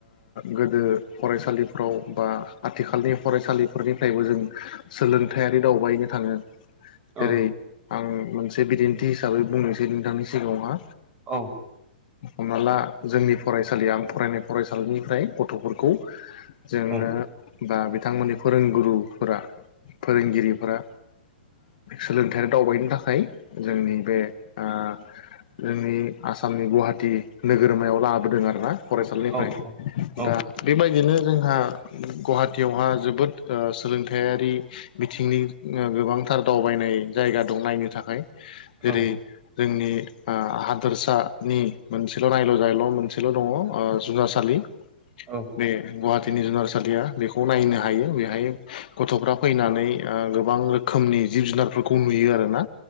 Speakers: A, on the left; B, on the right.
A: गोदो फरायसालिफ्राव बा आथिखालनि फरायसा फरायसालिफोरनिफ्रायबो जों सोलोंथायारि दावबायनो थाङो
B: औ
A: जेरै आं मोनसे बिदिन्थि हिसाबै बुंनोसै नोंथांनि सिगाङावहा
B: औ
A: हमना ला जोंनि फरायसालियाव आं फरायनाय फरायसालिनिफ्राय गथ'फोरखौ जोङो
B: औ
A: बा बिथांमोननि फोरोंगुरुफोरा फोरोंगिरिफोरा सोलोंथारि दावबायनो थाखाय जोंनि बे आं जोंनि आसामनि गुवाहाटी नोगोरमायाव लाबोदों आरोना फरायसालिनिफ्राय
B: औ औ
A: दा बेबायदि बेनो जोंहा गुवाहाटीयावहा जोबोद सोलोंथायारि बिथिंनि गोबांथार दावबायनाय जायगा दं नायनो थाखाय जेरै
B: औ
A: जोंनि हादोरसानि मोनसेल' नायल' जायल' मोनसेल' दङ जुनारसालि
B: औ
A: बे गुवाहाटिनि जुनारसालिया बेखौ नायनो हायो बेहाय गथ'फ्रा फैनानै गोबां रोखोमनि जिब जुनारफोरखौ नुयो आरोना